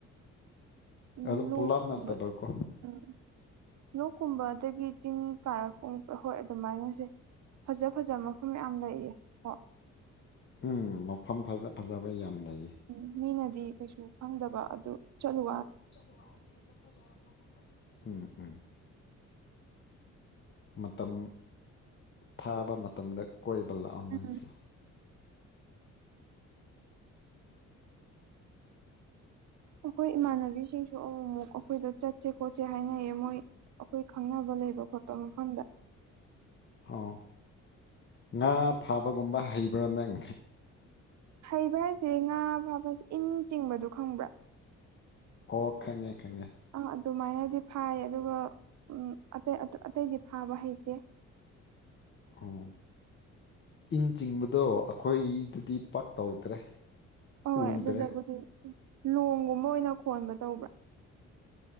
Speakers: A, on the right; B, on the left.
A: ꯎꯝ
B: ꯑꯗꯨ
A: ꯂꯣꯛ
B: ꯄꯨꯂꯞ
A: ꯀꯨꯝꯕ
B: ꯅꯠꯇꯕꯀꯣ
A: ꯎꯝ ꯂꯣꯛꯀꯨꯝꯕ ꯑꯗꯒꯤ ꯆꯤꯡ ꯀꯥꯔꯛꯀꯨꯝ ꯍꯣꯏ ꯑꯗꯨꯃꯥꯏꯅꯁꯦ ꯐꯖ ꯐꯖꯕ ꯃꯐꯝ ꯌꯥꯝ ꯂꯩꯌꯦ ꯀꯣ
B: ꯎꯝ ꯃꯐꯝ ꯐꯖ ꯐꯖꯕ ꯌꯥꯝ ꯂꯩꯌꯦ
A: ꯎꯝ ꯃꯤꯅꯗꯤ ꯀꯩꯁꯨ ꯈꯪꯗꯕ ꯑꯗꯨ ꯆꯠꯂꯨ
B: ꯆꯠꯂꯨ ꯋꯥꯗꯤ ꯍꯦꯛꯇ ꯐꯖꯔꯝꯕꯒꯨꯝꯕ ꯎꯝ ꯎꯝ ꯃꯇꯝ ꯐꯥꯕ ꯃꯇꯝꯗ ꯀꯣꯏꯕ ꯂꯥꯛꯑꯣ ꯅꯪꯁꯨ
A: ꯎꯝ ꯑꯩꯈꯣꯏ ꯏꯃꯥꯟꯅꯕꯤꯁꯤꯡꯁꯨ ꯑꯃꯨ ꯑꯃꯨꯛ ꯑꯩꯈꯣꯏꯗ ꯆꯠꯁꯦ ꯈꯣꯠꯁꯦ ꯍꯥꯏꯅꯩꯌꯦ ꯃꯣꯏ ꯑꯩꯈꯣꯏ ꯈꯪꯅꯕ ꯂꯩꯕ ꯈꯣꯠꯄ ꯃꯐꯝꯗ
B: ꯑꯣ ꯉꯥ ꯐꯥꯕꯒꯨꯝꯕ ꯍꯩꯕ꯭ꯔꯥ ꯅꯪ
A: ꯍꯩꯕ ꯍꯥꯏꯁꯦ ꯉꯥ ꯐꯥꯕꯁ ꯏꯟ ꯆꯤꯡꯕꯗꯣ ꯈꯪꯕ꯭ꯔꯥ
B: ꯑꯣ ꯈꯪꯉꯦ ꯈꯪꯉꯦ
A: ꯑꯥ ꯑꯗꯨꯃꯥꯏꯅꯗꯤ ꯐꯥꯏ ꯑꯗꯨꯒ ꯑꯇꯩ ꯑꯇꯩꯗꯤ ꯐꯥꯕ ꯍꯩꯇꯦ
B: ꯑꯣ ꯏꯟ ꯆꯤꯡꯕꯗꯣ ꯑꯩꯈꯣꯏꯗꯗꯤ ꯄꯛ ꯇꯧꯗ꯭ꯔꯦ
A: ꯍꯣꯏ
B: ꯎꯗ꯭ꯔꯦ
A: ꯑꯗꯨꯗꯕꯨꯗꯤ ꯂꯣꯡꯒꯨꯝꯕ ꯑꯣꯏꯅ ꯈꯣꯟꯕ ꯇꯧꯕ꯭ꯔꯥ